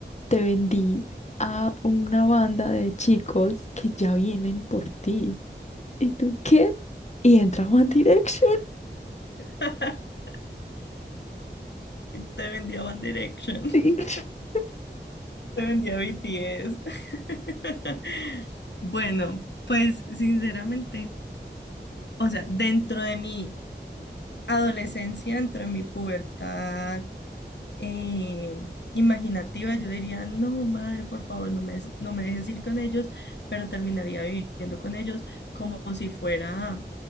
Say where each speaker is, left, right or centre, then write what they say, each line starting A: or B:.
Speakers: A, on the left (about 40°); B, on the left (about 70°).
A: te vendí a una banda de chicos que ya vienen por ti. ¿Y tú qué? Y entra One Direction.
B: <laughs> Te vendía One Direction,
A: Sí.
B: <laughs>
A: <laughs>
B: te vendía BTS. <laughs> Bueno, pues sinceramente, o sea, dentro de mi adolescencia, dentro de mi pubertad eh, imaginativa, yo diría, no, madre, por favor, no me, des- no me dejes ir con ellos, pero terminaría viviendo con ellos como si fuera